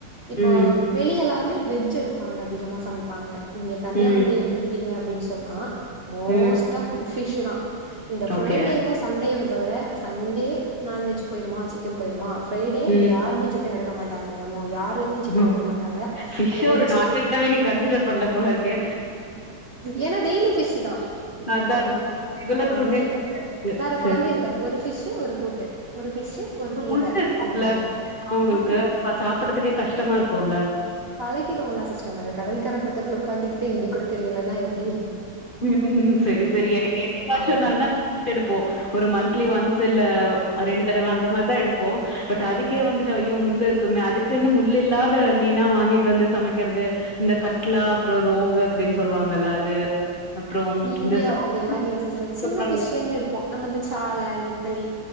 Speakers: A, on the right; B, on the left.
A: இப்போ
B: ம்
A: வெளி எல்லாருமே வெஜ்ஜ் எடுப்பாங்க அதி அதிகமா சமைப்பாங்க இங்க கன்னியாகுமரி
B: ம்
A: எடுத்துக் ங்க அப்டின்னு சொன்னா மோஸ்ட்
B: ம்
A: ஆப் பிஷு தான் இந்த ஃரைடேவும்
B: ஓகே
A: சண்டே வந் தவிர சண் அதே நான வெஜ் போயிருமா சிக்கன் போயிருமா ப்ரைடே
B: ம்
A: இங்க யாருமே சிக்க ங்க நடக்க மாட்டாங்கோ இங்க மோ யார் வீட்லியும் சிக்கன்
B: ஓ
A: எடுக்க மாட்டாங்க
B: ஃபிஷ்ஷ
A: அது வெஜ்ஜூ
B: ஒரு நான்வெஜ்ஜாவே நீங்க கன்சிடர் பண்ணல போல இருக்கே
A: ஏன டெய்லி பிஷ்ஷு தான் இப்ப
B: அதா அதா
A: அந்த மாரி
B: ரெகுலர் ஃபுட்டே
A: இங்க வேற வேற
B: சரி
A: குழம்பே இருக்காது ஒரு ஃபிஷ்ஷு ஒரு கூட்டு ஒரு பிஷ்ஷ ஒரு கீர
B: முட்ட இருக்கும்ல
A: அந்த மாரி
B: ஃபிஷ்னா உங்களுக்கு
A: உம்
B: அது சாப்பிடறதுக்கே கஷ்டமா இருக்கும்ல
A: பழகிறோம்ல சிஸ்டர் நாங்க கடல்கர ப பக்கத்துல உட்காந்துகிட்டு இது கூட தெரியலனா எப்டி
B: ம்ம்ம் சரி சரி எனக்கு என்னைக்காச்சும்
A: அடடே
B: ஒரு நாள் த பிஷ் எடுப்போம் ஒரு மந்த்லி ஒன்ஸ் ல்ல ரெண்டு தடவ அந்த மாரிதான் எடுப்போம் பட் அதுக்கே வந்துட்டு ஐயோ முள்ளு இருக்குமே அதுக்குன்னு முள் இல்லாத மீனா வாங்கிட்டு வந்து சமைக்கிறது இந்த கட்லா அப்பறம் ரோகு அப்டின்னு சொல்லுவாங்கல்ல அது அப்புறம்
A: இங்கே
B: இந்த சால்
A: அப்டியெல்லாம் இல்ல சிஸ்டர் சின்ன
B: சொல்றாங்க.
A: பிஷ்ல இருந்து எடுப் நம்ம வந்து ச்சால நெத்தலி